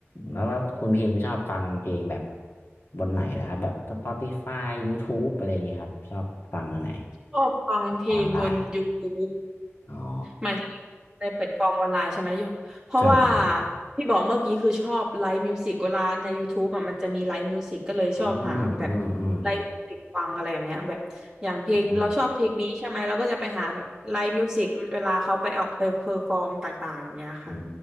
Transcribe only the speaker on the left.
แล้วว่าคุณพิมพ์ชอบฟังเพลงแบบบนไหนนะครับแบบ Spotify YouTube อะไรอย่างเงี้ยครับชอบฟังอันไหน
ออนไลน์
อ๋อ
ใช่ใช่ใช่
อืมอืมอืม
อืมอื